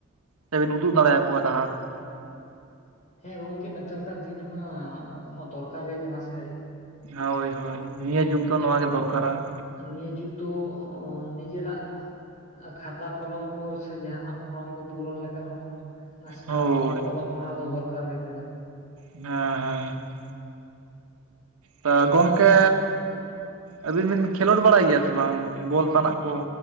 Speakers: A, on the right (about 90°); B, on the left (about 35°).
A: ᱥᱮ ᱵᱤᱱ ᱩᱫᱩᱜ ᱫᱟᱲᱮ ᱟᱠᱚᱣᱟ ᱰᱟᱦᱟᱨ ᱾
B: ᱦᱮᱸ ᱜᱚᱝᱠᱮ ᱱᱮᱛᱟᱨ ᱠᱟᱨ ᱫᱤᱱ ᱨᱮᱢᱟ ᱚᱱᱟ ᱠᱚᱢᱟ ᱫᱚᱨᱠᱟᱨ ᱜᱮ ᱠᱟᱱᱟ ᱥᱮ ᱾
A: ᱦᱳᱭ ᱦᱳᱭ ᱱᱤᱭᱟᱹ ᱡᱩᱜᱽ ᱫᱚ ᱱᱚᱣᱟ ᱜᱮ ᱫᱚᱨᱠᱟᱨᱟ ᱾
B: ᱱᱤᱭᱟᱹ ᱡᱩᱜᱽ ᱫᱚ ᱱᱤᱡᱮᱨᱟᱜᱼᱼ ᱠᱷᱟᱛᱟ ᱠᱚᱞᱚᱢ ᱠᱚ ᱥᱮ ᱡᱟᱦᱟᱱᱟᱜ ᱯᱷᱚᱨᱢ ᱠᱚ ᱯᱩᱨᱚᱱ ᱞᱮᱠᱟ ᱨᱮᱦᱚᱸᱼᱼ ᱱᱟᱥᱮᱱᱟᱜ
A: ᱦᱳᱭ
B: ᱦᱚᱸ ᱚᱞᱚᱜ ᱯᱟᱲᱦᱟᱣ ᱫᱚ ᱫᱚᱨᱠᱟᱨ ᱜᱮ ᱠᱟᱱᱟ ᱾
A: ᱦᱮᱸ ᱦᱮᱸ ᱾ ᱛ
B: ᱟᱨ
A: ᱜᱚᱝᱠᱮ ᱟᱹᱵᱤᱱ ᱵᱤᱱ ᱠᱷᱮᱞᱳᱰ ᱵᱟᱲᱟᱭ ᱜᱮᱭᱟ ᱥᱮ ᱵᱟᱝ ᱵᱚᱞ ᱛᱟᱱᱟᱜ ᱠᱚ।